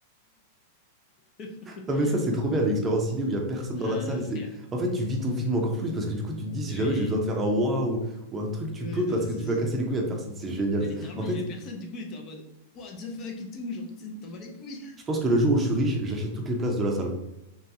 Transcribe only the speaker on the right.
Non mais ça c'est trop bien l'expérience ciné où il y a personne
dans la salle,
c'est
en fait tu vis ton film encore plus parce que du coup tu te dis si
jamais j'ai besoin de faire un waouh ou un truc tu
peux
parce
que tu vas casser les couilles à personne, c'est génial.
En
fait,
je pense que le jour où je suis riche, j'achète toutes les places de la salle